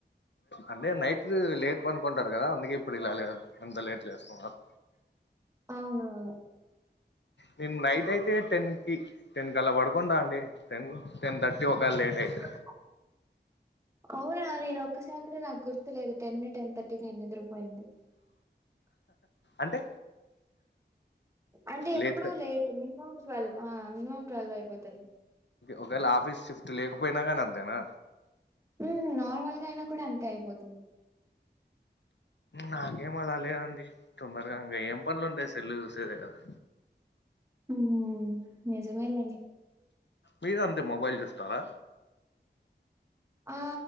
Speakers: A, on the left; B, on the right.
A: అంటే నైట్ లేట్ పనుకుంటారు కదా అందుకే ఇప్పుడు ఇలా లేదు ఎంత లేట్ లేస్తున్నారు
B: అవునుఅవును
A: నేను నైట్ అయితే టెన్ కి టెన్ క అలా పడకుండా అండి టేను టేన్ థర్టీ లేకపోతే లేట్
B: రీస్కేరీకు
A: అయితే
B: అవునా నేను ఒక్కసారి కూడా నాకు గుర్తు లేదు టెన్ టెన్ థర్టీ నేను నిద్రపోయింది
A: అంటే
B: అంటే ఎప్పుడు
A: లేట్గా
B: లేట్ మీ phone cell twelve minimum twelve అయిపోతుంది
A: ఒకవేళ ఆఫీస్ షిఫ్ట్ లేకపోయినా కానీ అంతేనా
B: ఉ నార్మల్ గా అయినా కూడా అంతే అయిపోతుంది
A: నాకేం అలా లేదండి తొందరగా ఇంకా ఏం పనులు ఉంటాయి సెల్లు చూసుడు చెరేగా అవి
B: ఉ నిజమే లేండి
A: మీరు అంతే మొబైల్ చూస్తారా
B: ఆ